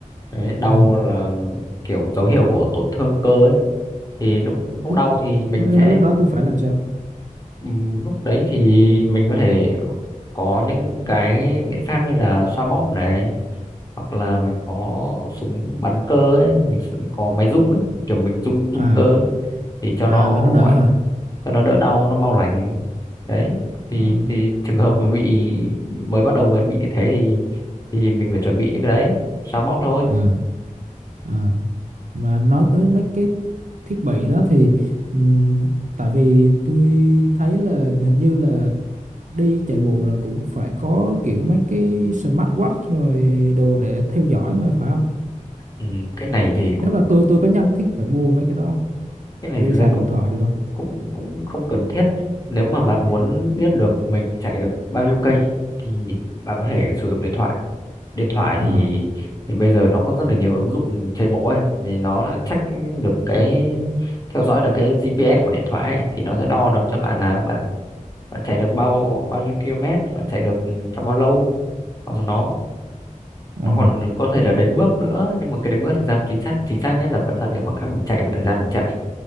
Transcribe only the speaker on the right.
ừ.
thích
mấy,
mấy lúc đó tôi phải làm sao
à
à
là nó
đỡ hả
Ờ,
ờ, ờ. mà nói tới mấy cái thiết bị đó thì ừm, tại vì tôi thấy là hình như là đi chạy bộ là cũng phải có kiểu mấy cái smartwatch rồi đồ để theo dõi mà phải không
nếu mà tôi tôi có nhất thiết phải mua mấy cái đó không?
tôi
xài
điện
thoại được không
ờ
ờ